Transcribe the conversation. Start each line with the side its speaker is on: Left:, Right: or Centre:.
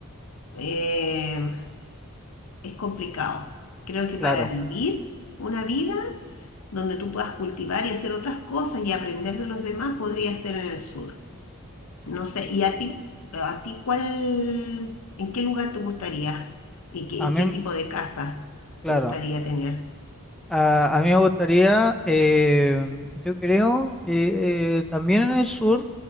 Left: Eh, es complicado. Creo que
Centre: Claro.
Left: para vivir una vida donde tú puedas cultivar y hacer otras cosas y aprender de los demás, podría ser en el sur. No sé, ¿y a ti, a ti cuál, en qué lugar te gustaría? ¿Y qué, y
Centre: A mí,
Left: qué tipo de casa
Centre: claro,
Left: te gustaría tener?
Centre: a, a mí me gustaría, eh, yo creo que eh, también en el sur,